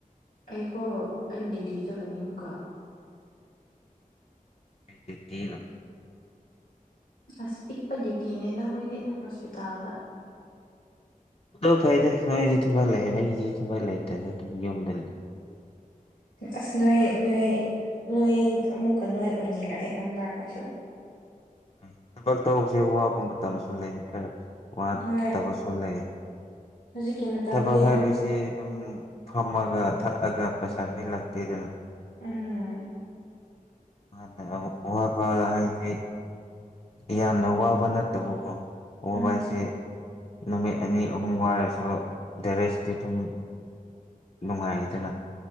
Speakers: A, on the left; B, on the left.
A: ꯑꯩꯀꯣ ꯑꯩ ꯗ꯭ꯌꯨꯇꯤ ꯆꯠꯀꯅꯤ ꯑꯃꯨꯛꯀꯥ
B: ꯀꯩ ꯗꯌ꯭ꯨꯇꯤ ꯅꯣ
A: ꯑꯁ ꯄꯤꯛꯄ ꯗ꯭ꯌꯨꯇꯤꯅꯦꯗ ꯑꯩꯈꯣꯏꯗꯤ ꯍꯣꯁꯄꯤꯇꯥꯜꯗ
B: ꯗꯣ ꯐꯩꯗ ꯅꯣꯏꯁꯨ ꯊꯕꯛ ꯂꯩ ꯑꯩꯗꯤ ꯊꯕꯛ ꯂꯩ ꯇꯥꯕ ꯗꯨꯝ ꯌꯨꯝꯗ ꯂꯩ <inaudible>
A: ꯑꯁ ꯅꯣꯏ ꯅꯣꯏ ꯅꯣꯏ ꯑꯃꯨꯛꯀꯥ ꯅꯣꯏ ꯑꯣꯏꯅꯤꯡꯉꯛꯑꯦ ꯈꯪꯕ꯭ꯔꯥ ꯑꯈꯣꯏꯁꯨ
B: ꯎꯝ ꯊꯕꯛ ꯇꯧꯕꯁꯦ ꯋꯥꯕ ꯃꯇꯝꯁꯨ ꯂꯩ ꯀꯥ ꯋꯥ
A: ꯍꯣꯏ
B: ꯇꯄ ꯆꯂꯦ
A: ꯍꯧꯖꯤꯛꯀꯤ ꯃꯇꯝꯗꯤ
B: ꯇꯄ ꯍꯔ ꯁ ꯁꯤꯦ ꯑꯗꯨꯝ ꯐꯝꯃꯒ ꯊꯛꯑꯒ ꯄꯩꯁꯥꯗꯤ ꯂꯥꯛꯇꯦꯗꯅ
A: ꯑꯥ
B: ꯍꯅ ꯋꯥꯕ ꯍꯥꯏꯁꯤꯦ ꯌꯥꯝꯅ ꯋꯥꯕ ꯅꯠꯇꯕꯕꯨꯣ
A: ꯎꯝ
B: ꯑꯣꯕꯁꯦ ꯅꯨꯃꯤꯠ ꯑꯅꯤ ꯑꯍꯨꯝ ꯋꯥꯔꯁꯨ ꯗꯦꯔꯦꯁꯇꯤ ꯑꯗꯨꯝ ꯅꯨꯡꯉꯥꯏꯗꯅ